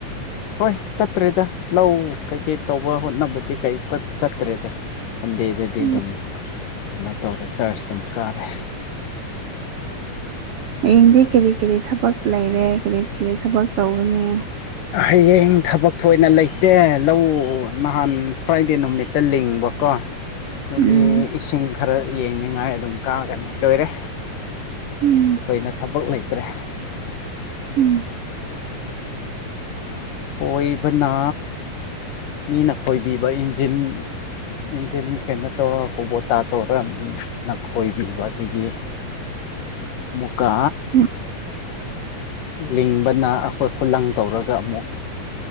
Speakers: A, on the left; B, on the right.
A: ꯍꯣꯏ ꯆꯠꯇ꯭ꯔꯦꯗ ꯂꯧ ꯀꯩꯀꯩ ꯇꯧꯕ ꯍꯣꯠꯅꯕꯗꯤ ꯀꯩ ꯆꯠꯇ꯭ꯔꯦꯗ ꯁꯟꯗꯦꯗꯗꯤ
B: ꯎꯝ
A: ꯑꯗꯨꯝ ꯀꯩꯅꯣ ꯇꯧꯔꯦ ꯆꯔꯆ ꯑꯗꯨꯝ ꯀꯥꯔꯦ
B: ꯍꯌꯦꯡꯗꯤ ꯀꯔꯤ ꯀꯔꯤ ꯊꯕꯛ ꯂꯩꯔꯦ ꯀꯔꯤ ꯀꯔꯤ ꯊꯕꯛ ꯇꯧꯒꯅꯤ
A: ꯍꯌꯦꯡ ꯊꯕꯛ ꯊꯣꯏꯅ ꯂꯩꯇꯦ ꯂꯧꯎ ꯅꯍꯥꯟ ꯐ꯭ꯔꯥꯏꯗꯦ ꯅꯨꯃꯤꯠꯇ ꯂꯤꯡꯕ ꯀꯣ ꯑꯗꯨꯒꯤ
B: ꯎꯝ
A: ꯏꯁꯤꯡ ꯈꯔ ꯌꯦꯡꯅꯤꯉꯥꯏ ꯑꯗꯨꯝ ꯀꯥꯒꯅꯤ ꯂꯣꯏꯔꯦ
B: ꯎꯝ
A: ꯊꯣꯏꯅ ꯊꯕꯛ ꯂꯩꯇ꯭ꯔꯦ
B: ꯎꯝ
A: ꯈꯣꯏꯕꯅ ꯃꯤꯅ ꯈꯣꯏꯕꯤꯕ ꯏꯟꯖꯤꯟ ꯏꯟꯖꯤꯟ ꯀꯩꯅꯣ ꯇꯧꯔꯒ ꯀꯧꯕꯣꯇꯥ ꯇꯧꯔꯒ ꯅꯈꯣꯏꯕꯤꯕ ꯑꯗꯒꯤ ꯃꯨꯛꯀꯥ
B: ꯎꯝ
A: ꯂꯤꯡꯕꯅ ꯑꯈꯣꯏ ꯈꯨꯂꯪ ꯇꯧꯔꯒ ꯑꯃꯨꯛ